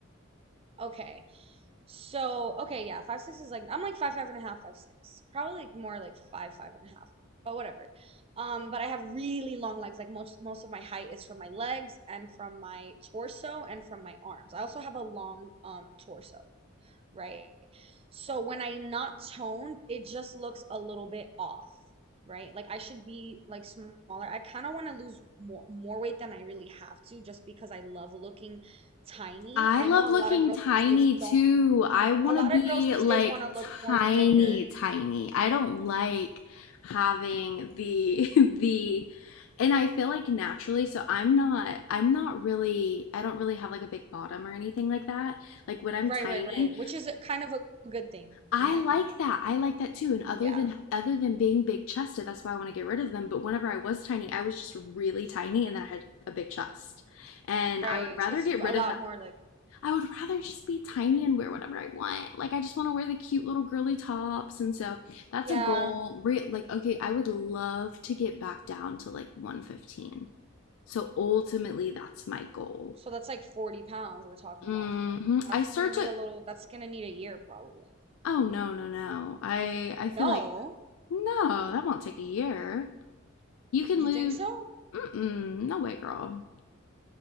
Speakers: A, on the right; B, on the left.
A: Okay. So okay, yeah, five six is like I'm like five five and a half, five six, probably like more like five five and a half, but whatever. Um, but I have really long legs. Like most most of my height is from my legs and from my torso and from my arms. I also have a long um torso, right? So when I'm not toned, it just looks a little bit off, right? Like I should be like smaller. I kind of want to lose more more weight than I really have to, just because I love looking tiny.
B: I
A: I
B: love
A: know a
B: looking
A: lot of girls
B: tiny
A: these days
B: too.
A: don't
B: I want
A: a lot
B: to be
A: of girls these
B: like
A: days want to look more
B: tiny,
A: thicker.
B: tiny. I don't like having the <laughs> the and I feel like naturally, so I'm not I'm not really I don't really have like a big bottom or anything like that. Like when I'm
A: Right,
B: tiny,
A: right, right. Which is a- kind of a good thing,
B: I
A: in my opinion.
B: like that. I like that too. And other
A: Yeah,
B: than other than being big chested, that's why I want to get rid of them. But whenever I was tiny, I was just really tiny and then I had a big chest. And
A: right.
B: I would rather
A: So it's
B: get rid
A: a lot
B: of that
A: more like,
B: I would rather just be tiny and wear whatever I want. Like I just want to wear the cute little girly tops, and so that's
A: yeah.
B: a goal. Re- like okay, I would love to get back down to like 115. So ultimately, that's my goal.
A: So that's like 40 pounds we're talking
B: hmm
A: about here. That's
B: I start
A: gonna
B: to.
A: be a little, that's gonna need a year probably.
B: Oh no, no, no. I I
A: No,
B: feel like no, that won't take a year. You can
A: you
B: lose.
A: think so?
B: Mm-mm, no way, girl.